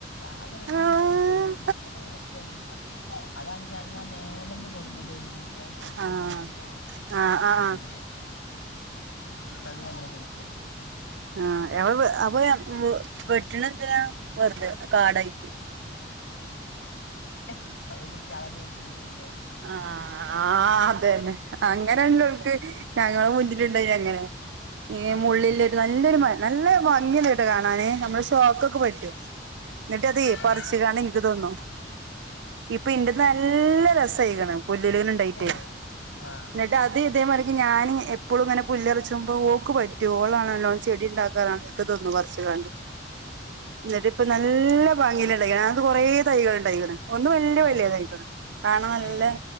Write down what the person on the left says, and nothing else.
ആകെഒരട്ടം
വിരിഞ്ഞിട്ടുള്ളതായിരുന്നു അപ്പ തന്നെ വെട്ടി അതാണങ്കി അങ്ങ് മേലെന്ന് കൊടുന്നതേര്ന്നു മറ്റേ ആ അഛമ്മണ്ടല്ലോ
അവിടുന്ന് ന്നിട്ടത് പോയികിട്ടി
അ ചറമേത്തടെ നിക്കുലേ
ആഹ്
ആഹ്
ആഹ്
ഏഹ് ഏഹ് ഏഹ് ആഹ്
ഏഹ് ഏഹ്
ഏഹ്